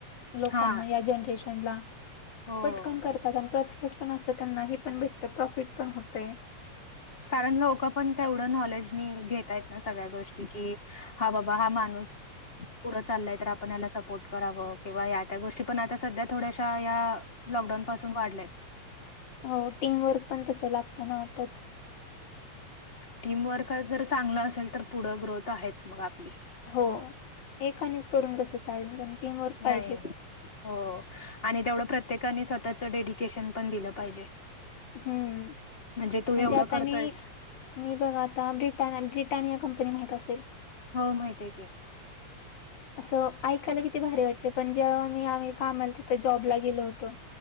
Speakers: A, on the left; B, on the left.
A: लोकांना
B: हा.
A: या जनरेशनला
B: हो.
A: पटकन करतात आणि पत पण असं त्यांना हे पण भेटतं प्रॉफिट पण होतंय.
B: कारण लोकं पण तेवढं नॉलेज घेतायत ना सगळ्या गोष्टी की हा बाबा हा माणूस पुढं चालय तर आपण याला सपोर्ट करावं किंवा या त्या गोष्टी पण आता सध्या थोड्याशा या लॉकडाऊन पासून वाढलेत.
A: हो टीमवर्क पण तसं लागतं ना त्यात
B: टीम वर्क जर चांगलं असेल तर पुढं ग्रोथ आहेच मग आपली
A: हो एकानेच करून कस चालेल टीमवर्क
B: नाही
A: पाहिजेच
B: हो आणि तेवढं प्रत्येकानी स्वतःच डेडिकेशन पण दिलं पाहिजे
A: हम्म
B: म्हणजे तू एवढं
A: आता
B: करतयस
A: मी मी बघा आता ब्रिट ब्रिटानिया कंपनी माहत असेल
B: हो माहितीय आहे की
A: असं ऐकायला किती भारी वाटते पण जेव्हा मी आम्ही काम आल तिथं जॉबला गेलो होतो